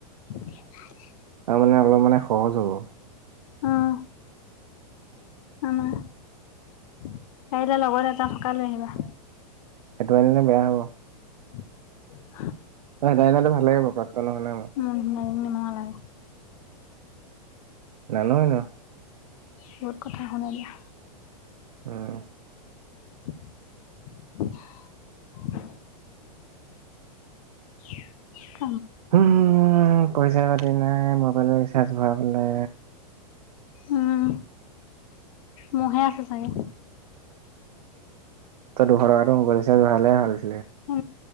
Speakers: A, on the left; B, on the right.
A: কিবা যে
B: তাৰ মানে অলপ মানে সহজ হ'ব
A: অহ আনা পাৰিলে লগত এটা থকা লৈ আহিবা
B: সেইটো আনিলে বেয়া হ'ব
A: উ
B: লৈ আনিলেটো ভালে হব কষ্ট নহয় নহয় মোৰ।
A: নিচিনা এজনী নিব নালাগে
B: নানো এনেও
A: বহুত কথা শুনালা
B: উম
A: ওমহ চিয়ক চিয়ক
B: উম পইচা পাতি নাই মবাইলো ৰি চাজ ভৰাবলে
A: উম মোহে আছে চাগে?
B: তই দুশ টকাটো মোবাইল ৰিচাৰ্জ ভৱালে হ'ল।
A: <inaudible> উ